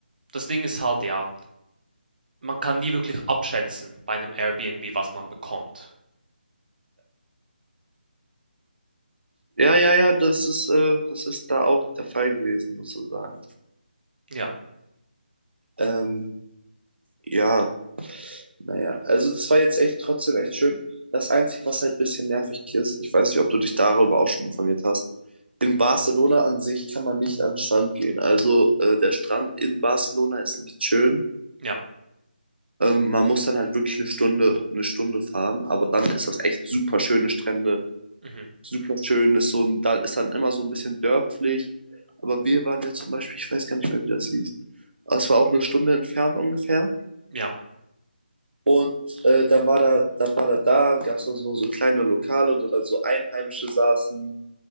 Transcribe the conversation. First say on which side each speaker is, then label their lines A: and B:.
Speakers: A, on the right; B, on the right.
A: das Ding ist halt, ja, man kann nie wirklich abschätzen bei einem Airbnb, was man bekommt.
B: Ja, ja, ja, das ist, äh, das ist da auch der Fall gewesen, sozusagen.
A: Ja,
B: Ähm, ja, naja, also das war jetzt echt trotzdem echt schön. Das Einzige, was halt ein bisschen nervig ist, ich weiß nicht, ob du dich darüber auch schon informiert hast, in Barcelona an sich kann man nicht an den Strand gehen. Also äh, der Strand in Barcelona ist nicht schön.
A: ja,
B: Ähm, man muss dann halt wirklich eine Stunde, eine Stunde fahren, aber dann ist das echt super schöne Strände.
A: mhm,
B: super schön, ist so ein, da ist dann immer so ein bisschen dörflich. Aber wir waren jetzt zum Beispiel, ich weiß gar nicht mehr, wie das hieß. Aber es war auch eine Stunde entfernt ungefähr.
A: ja.
B: Und äh, dann war da, dann war da da, gab es noch so, so kleine Lokale, wo dann so Einheimische saßen.